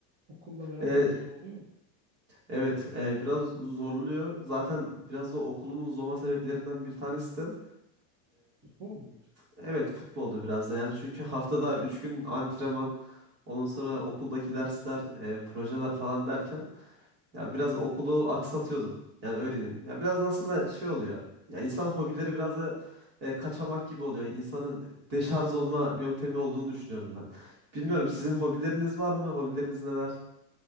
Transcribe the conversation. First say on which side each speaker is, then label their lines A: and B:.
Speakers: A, on the right; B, on the right.
A: Okulla beraber
B: E,
A: zor oluyor mu?
B: evet, e, biraz zorluyor. Zaten biraz da okulumun zorlama sebeplerinden bir tanesi de.
A: Futbol muydu?
B: Evet futbolda biraz da yani çünkü haftada 3 gün antrenman ondan sonra okuldaki dersler e, projeler falan derken ya biraz okulu aksatıyordum. Yani öyle diyeyim. Ya biraz da aslında şey oluyor. Ya insan hobileri biraz da e, kaçamak gibi oluyor. İnsanın deşarj olma yöntemi olduğunu düşünüyorum ben. Bilmiyorum sizin hobileriniz var mı? Hobileriniz neler?